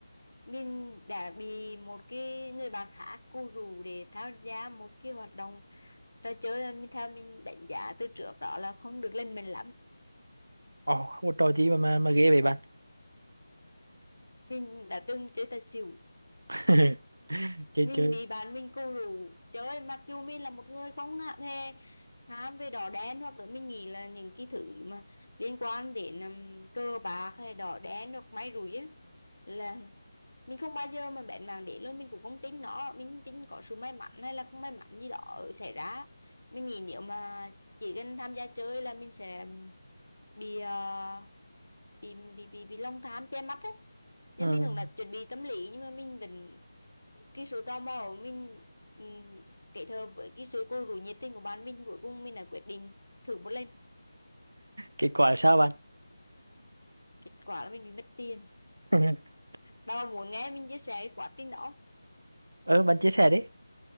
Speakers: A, on the left; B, on the right.
A: mình đã bị một cái người bạn khác cô rủ để tham gia một cái hoạt động trò chơi mà mình theo mình đánh giá từ trước đó là không được lên mình lắm
B: ồ không có trò gì mà mà, mà ghê vậy bạn
A: mình đã từng chơi tài xỉu
B: <laughs> chơi
A: mình
B: chơi
A: bị bạn mình cù rủ trời ơi, mặc dù mình là một người không hạ- hề ham về đỏ đen hoặc là mình nghĩ là những cái thứ mà liên quan đến um, cờ bạc hay đỏ đen hoặc may rủi á là mình không bao giờ mà bén mảng để luôn mình cũng không tin nó mình tin có sự may mắn hay là không may mắn gì đó xảy ra mình nghĩ nếu mà chỉ cần tham gia chơi là mình sẽ bị ờ, bị bị bị bị lòng tham che mắt ấy nhưng
B: ừ.
A: mình cũng đã chuẩn bị tâm lý nhưng mà mình vẫn cái sự tò mò của mình um, kết hợp với cái sự cô rủ nhiệt tình của bạn mình cuối cùng mình đã quyết định thử một lần
B: kết quả sao bạn
A: kết quả là mình bị mất tiền
B: <laughs>
A: bà có muốn nghe mình chia sẻ cái quá trình đó không?
B: ờ bạn chia sẻ đi